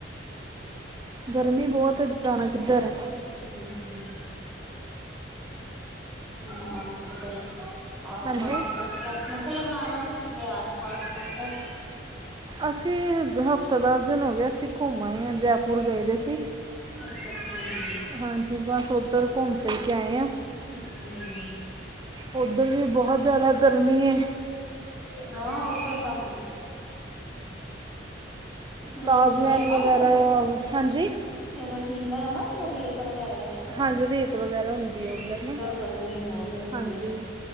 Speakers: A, on the right; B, in the centre.
A: ਗਰਮੀ ਬੋਤ ਐ ਜਾਣਾ ਕਿੱਧਰ ਐ।
B: ਹੂੰ। ਆਸ
A: ਹਾਂਜੀ
B: ਪਾਸ <inaudible> <unintelligible> ਲਗਾਣਾ ਸੀ ਕਿਤੇ ਆਸ ਪਾਸ ਚੱਕਰ
A: ਅਸੀਂ ਹਫ਼ਤਾ ਦਸ ਦਿਨ ਹੋਗੇ। ਅਸੀਂ ਘੁੰਮਨ ਆ ਜੈਪੁਰ ਗਏ ਦੇ ਸੀ।
B: ਅੱਛਾ-ਅੱਛਾ ਹਾਂਜੀ।
A: ਹਾਂਜੀ ਬਸ ਓਧਰ ਘੁੰਮ ਫਿਰ ਕੇ ਆਏ ਆ।
B: ਹੂੰ-ਹੂੰ।
A: ਓਧਰ ਵੀ ਬੋਹਤ ਜਾਦਾ ਗਰਮੀ ਏ।
B: ਹਾਂ ਓਦਰ ਤਾ ਹੀ।
A: ਤਾਜ
B: ਰਤੀਲਾ
A: ਮਹਿਲ
B: ਐ ਨਾ
A: ਵਗੈਰਾ,
B: ਉੱਧਰ।
A: ਹਾਂਜੀ।
B: ਰਤੀਲਾ ਐ ਨਾ ਓਦਰ ਰੇਤ ਵਗੈਰਾ। ਜਿੱਦਾਂ।
A: ਹਾਂਜੀ ਰੇਤ ਵਗੈਰਾ ਹੁੰਦੀ
B: ਹੂੰ,
A: ਏ, ਔਧਰ
B: ਉੱਧਰ
A: ਨਾ
B: ਗਰਮੀ ਬਹੁਤ ਹੁੰਦੀ
A: ਹਾਂਜੀ।
B: ਐ।